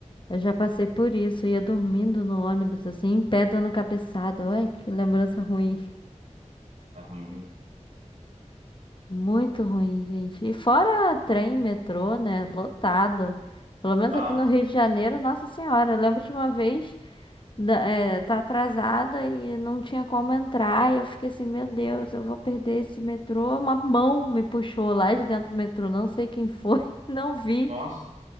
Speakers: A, on the left (about 40°); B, on the right (about 80°).
A: eu já passei por isso. Ia dormindo no ônibus, assim, em pé, dando cabeçada. Ai, que lembrança ruim.
B: É ruim, viu?
A: Muito ruim, gente. E fora trem, metrô, né? Lotado. Pelo menos
B: Ah,
A: aqui no Rio de Janeiro, Nossa Senhora. Eu lembro de uma vez, da- eh, tá atrasada e não tinha como entrar. E eu fiquei assim, meu Deus, eu vou perder esse metrô. Uma mão me puxou lá de dentro do metrô. Não sei quem foi, <laughs> não vi.
B: nossa,